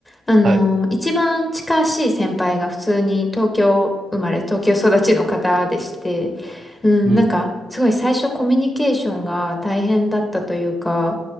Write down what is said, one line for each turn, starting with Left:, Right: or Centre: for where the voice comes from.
Left: あの、
Right: はい。
Left: 一番近しい先輩が普通に東京生まれ、東京育ちの方でして、うん、
Right: うん。
Left: なんか、すごい最初コミュニケーションが大変だったというか、